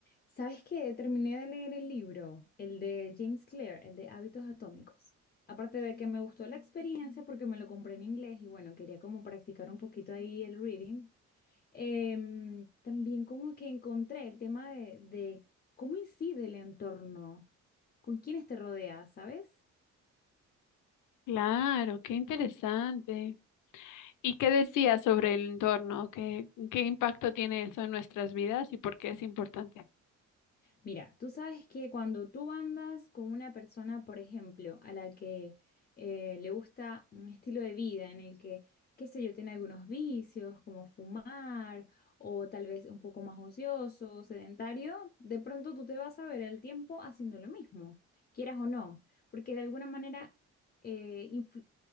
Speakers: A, on the left; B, on the left.
A: ¿Sabes qué? Terminé de leer el libro, el de James Clear, el de Hábitos Atómicos. Aparte de que me gustó la experiencia porque me lo compré en inglés y bueno, quería como practicar un poquito ahí el reading. em, también como que encontré el tema de, de cómo incide el entorno, con quiénes te rodeas, ¿sabes?
B: Claro, qué interesante. ¿Y qué decías sobre el entorno? ¿Qué, qué impacto tiene eso en nuestras vidas y por qué es importante?
A: Mira, tú sabes que cuando tú andas con una persona, por ejemplo, a la que eh, le gusta un estilo de vida en el que, qué sé yo, tiene algunos vicios como fumar o tal vez un poco más ocioso, sedentario, de pronto tú te vas a ver el tiempo haciendo lo mismo, quieras o no, porque de alguna manera eh, influ-